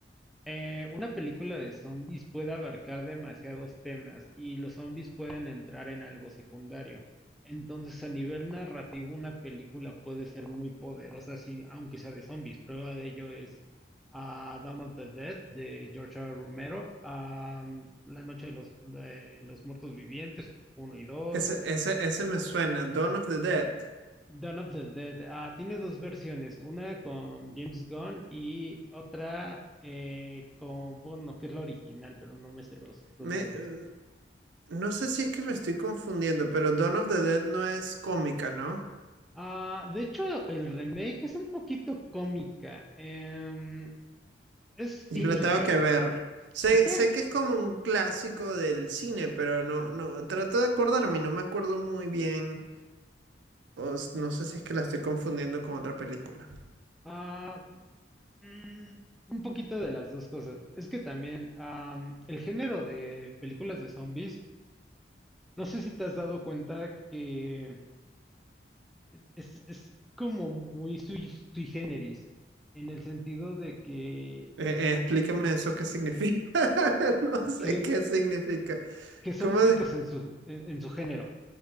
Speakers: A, in the centre; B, on the right.
A: Eh, una película de zombies puede abarcar demasiados temas y los zombies pueden entrar en algo secundario. Entonces, a nivel narrativo, una película puede ser muy poderosa, sí, aunque sea de zombies. Prueba de ello es ah, Dawn of the Dead de George R. R. Romero, ah, La Noche de los, de los Muertos Vivientes uno y 2.
B: Ese, ese, ese me suena, Dawn of the Dead.
A: Dawn of the Dead. Ah, tiene dos versiones, una con James Gunn y otra eh, con, bueno, que es la original, pero no me sé los, los
B: Me,
A: nombres.
B: eh, no sé si es que me estoy confundiendo, pero Dawn of the Dead no es cómica, ¿no?
A: Ah, de hecho, el remake es un poquito cómica, em, es
B: Yo
A: cínica.
B: la tengo que ver. Sé,
A: Está
B: sé que es como un clásico del cine, pero no, no, trato de acordarme y no me acuerdo muy bien. O s- no sé si es que la estoy confundiendo con otra película.
A: ah, mm, un poquito de las dos cosas. Es que también am, el género de películas de zombies, no sé si te has dado cuenta que es, es- es como muy sui, sui generis, en el sentido de que,
B: Eh,
A: eh,
B: eh, explícame eso qué significa. <laughs> No sé
A: que,
B: qué significa.
A: que son
B: ¿Cómo
A: únicos
B: se-
A: en su, en, en su género.